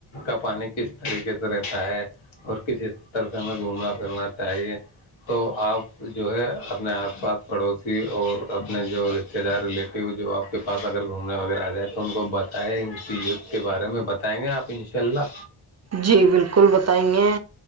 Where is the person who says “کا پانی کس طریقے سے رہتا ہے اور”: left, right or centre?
Left